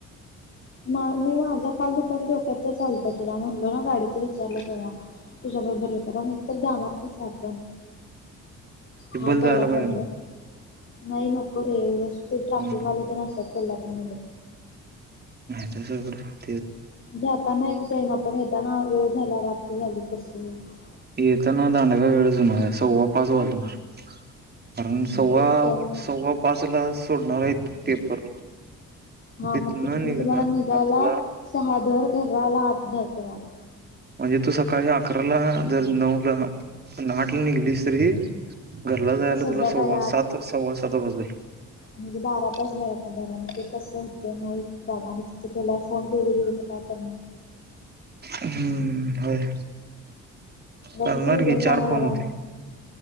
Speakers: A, on the left; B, on the right.
A: मा मी माझ्या काल दुपारी डोक्यात तेचं आलत. तुला म्हणलो ना गाडीच विचारलं, तेव्हा तुझ्या बरोबर येऊ काय कारण एक तर जाणार कसं आपण
B: ते
A: हा
B: बल जायला
A: पहिला
B: पाहिजे
A: प्रॉब्लेम. नाही नको रे उगच ते
B: मग
A: ट्रॅफिक वाले तेन असत्यात कोल्हापूरमध्ये.
B: त्याशिवाय कुठं?
A: जाताना एक जाईन आपण येताना वेळ झाला रात्र झाली कसं याच.
B: येताना दांडगा वेळच होणार आहे सव्वा पाच वाजणार. कारण सव्वा,
A: तेच की आणि मग
B: सव्वा पाचला सोडणार आहेत पेपर.
A: हा
B: तिथनं
A: मग तिथन
B: निघणार
A: तुम्हाला निघायला
B: पाचला
A: सहा धर घरला यायला आठ धर तुम्हाला.
B: म्हणजे तू सकाळी अकराला जर नऊला आठला निघलीस तरी घरला जायला
A: संध्याकाळी
B: तुला सव्वा
A: आठ
B: सात सव्वा सात वाजल.
A: म्हणजे बारा तास घरातन बाहेर राहणार. ते कसं होतंय नाही बाबा आणि ती तुला फोन केली बिली तर काय करणार.
B: हम्म, होय.
A: तसच
B: करणार
A: रिझन
B: की चार
A: सांगणारला
B: फोन होतील.